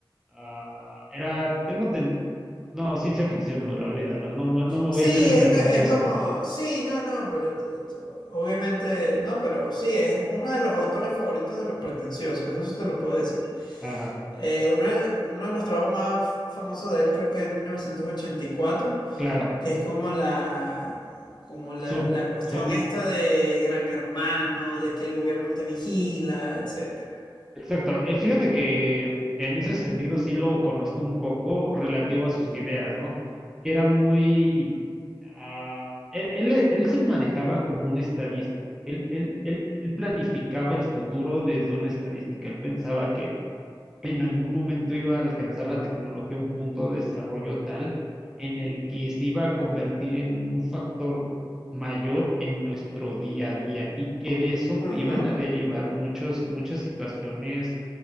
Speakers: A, in the centre; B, on the left.
A: Ah, era, tengo, ten- no, ciencia ficción dura, olvídalo, no, me- no me voy
B: Sí,
A: a hacer el
B: es,
A: pretencioso.
B: co- es como, sí, no, no, pero t- t- obviamente, no, pero sí, es uno de los autores favoritos de los pretenciosos, eso te lo puedo decir.
A: Ajá,
B: Eh, uno, de, uno de los trabajos más famosos de él creo que es 1984,
A: claro,
B: que es como la, como la,
A: su,
B: la cuestión
A: su,
B: esta de Gran Hermano, de que el gobierno te vigila, etcétera.
A: exacto. Eh, fíjate que en ese sentido sí lo conozco un poco relativo a sus ideas, ¿no? Que era muy, ah, él, él- él se manejaba como un estadista, él, él, él, él planificaba el futuro desde una estadística, él pensaba que en algún momento iba a alcanzar la tecnología un punto de desarrollo tal en el que se iba a convertir en un factor mayor en nuestro día a día y que de eso iban
B: Ujú.
A: a derivar muchos, muchas situaciones